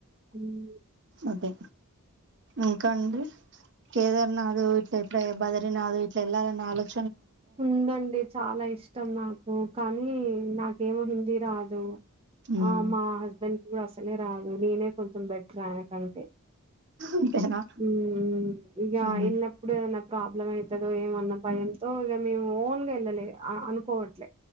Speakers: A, on the right; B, on the right.
A: ఉహూ్
B: అదే ఇంకా అండి కేదార్నాథ్ ఇట్లా ఎట్లా బద్రినాథ్ ఇట్ల ఏళ్లల్ అన్న ఆలోచన
A: ఉందండి. చాలా ఇష్టం నాకు కానీ నాకేమో హిందీ రాదు.
B: ఉమ్
A: ఆ మా హస్బెండ్ కి కూడా అసలే రాదు. నీనే కొంచెం బెటర్ ఆయనకంటే.
B: అంతేనా
A: ఉహుమ్ ఇగా
B: ఉమ్
A: ఎల్లప్పుడు నాత్ ప్రాబ్లమ్ అయితదో ఏవన్నా భయంతో ఇగా మేము ఓన్గా వెళ్ళలే ఆ అనుకోవట్లే